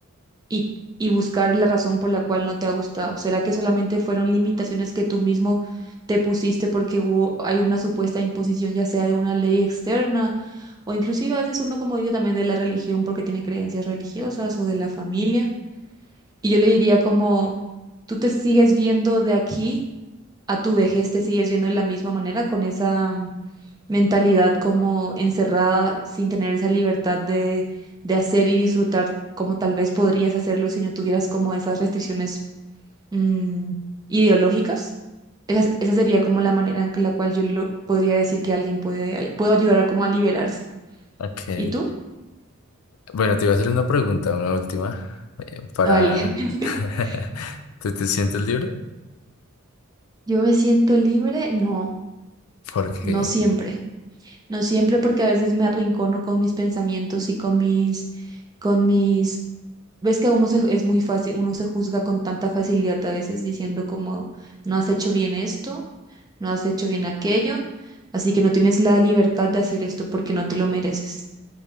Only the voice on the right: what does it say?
Y, y buscar la razón por la cual no te ha gustado. ¿Será que solamente fueron limitaciones que tú mismo te pusiste porque hubo, hay una supuesta imposición, ya sea de una ley externa? O inclusive a veces uno, como dice, también de la religión porque tiene creencias religiosas o de la familia. Y yo le diría como, tú te sigues viendo de aquí a tu vejez, te sigues viendo de la misma manera, con esa mm, mentalidad como encerrada, sin tener esa libertad de, de hacer y disfrutar como tal vez podrías hacerlo si no tuvieras como esas restricciones mm, ideológicas. Esa, esa sería como la manera en que- la cual yo lo podría decir que alguien puede, ay- puedo ayudar a como a liberarse.
¿Y tú?
Vale. <laughs>
Yo me siento libre, no,
no siempre. No siempre, porque a veces me arrincono con mis pensamientos y con mis, con mis, ves que uno se, es muy fácil, uno se juzga con tanta facilidad a veces diciendo como, no has hecho bien esto, no has hecho bien aquello, así que no tienes la libertad de hacer esto porque no te lo mereces.